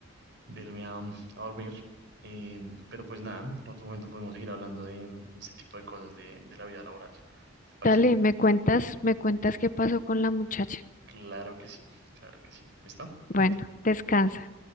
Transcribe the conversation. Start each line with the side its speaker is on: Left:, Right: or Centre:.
Right: de irme a, a dormir. Eh, pero pues nada, en otro momento podemos seguir hablando de, de este tipo de cosas de, de la vida laboral. ¿Te parece?
Left: Dale, me cuentas, me cuentas qué pasó con la muchacha.
Right: Claro que sí, claro que sí. ¿Listo? Cuídate.
Left: Bueno, descansa.